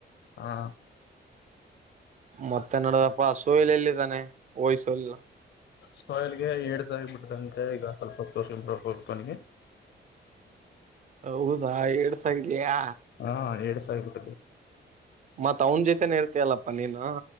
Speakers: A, on the left; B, on the right.
A: ಹಾ.
B: ಮತ್ತೆ ನೋಡದಪ್ಪಾ ಸೋಯಲ್ ಎಲ್ಲಿದ್ದಾನೆ ಓಯ್ ಸೋಹಿಲ್
A: ಸೋಯಲ್ಗೆ ಏಡ್ಸ್ ಆಗಿಬಿಟ್ಟದಂತೆ ಈಗ ಸ್ವಲ್ಪ ತೋರ್ಸ ಹೋಗ್ಬೇಕನಿಗೆ
B: ಹೌದಾ ಯಾ
A: ಹಾ <unintelligible>
B: ಮತ್ತ ಅವನ್ ಜೊತನೆ ಇರ್ತಯಲ್ಲಪ್ಪ ನೀನು